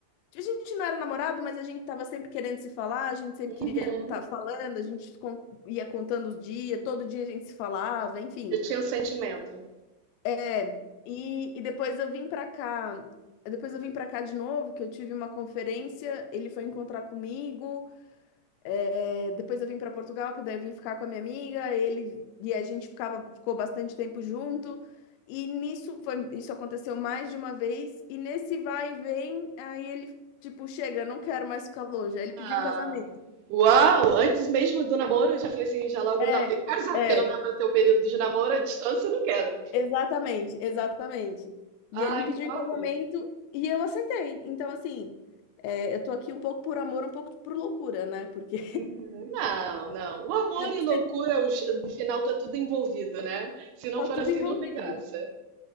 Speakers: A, on the left; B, on the right.
A: a gente não era namorado, mas a gente tava sempre querendo se falar, a gente sempre
B: Uhum.
A: queria estar falando, a gente con- ia contando os dias, todo dia a gente se falava, enfim.
B: Eu tinha um sentimento.
A: É, e, e depois eu vim pra cá, depois eu vim pra cá de novo, que eu tive uma conferência, ele foi encontrar comigo, é, depois eu vim para Portugal, porque daí eu vim ficar com a minha amiga, ele e a gente ficava, ficou bastante tempo junto. E nisso foi, isso aconteceu mais de uma vez, e nesse vai e vem, aí ele tipo, chega, não quero mais ficar longe. Aí ele pediu
B: Ah,
A: em casamento.
B: Uau! Antes mesmo do namoro, já foi assim, já logo,
A: É,
B: não, tem que casar,
A: é,
B: porque não dá para ter o período de namoro à distância, eu não quero.
A: exatamente, exatamente. E
B: Ai,
A: ele me pediu
B: que top!
A: em casamento e eu aceitei. Então, assim, é, eu tô aqui um pouco por amor, um pouco por loucura, né? Porque
B: Uhum. Não, não. O amor
A: <laughs> né,
B: e
A: porque
B: loucura, os- no final tá tudo envolvido, né? Se não
A: tá
B: for
A: tudo
B: assim,
A: envolvido.
B: não tem graça.